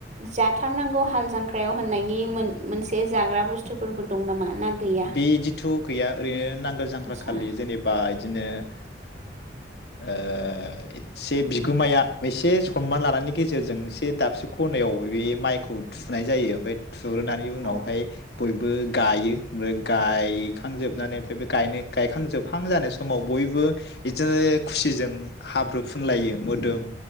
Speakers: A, on the right (about 40°); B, on the left (about 65°).
A: जाथारनांगौ हाल जांख्रायाव होननायनि मोन मोनसे जाग्रा बुस्थुफोरबो दं नामा? ना गैया
B: बिदिथ गैया ओरैनो नांगोल जांग्रा
A: आतसा
B: खालि जेनेबा बिदिनो ओ ओ एसे बिगोमाया एसे सनमान लानायनि गेजेरजों एसे दाबसे खनायाव बे माइखौ थुनाय जायो ओमफाय <unintelligible> उनावहाय
A: औ
B: बयबो गायो ओ गायखांजोबनानै ओमफ्राय बे गायनाय गायखांजोबहां जानाय समाव बयबो इदिनो खुसिजों हाब्रु फुनलायो मोदोम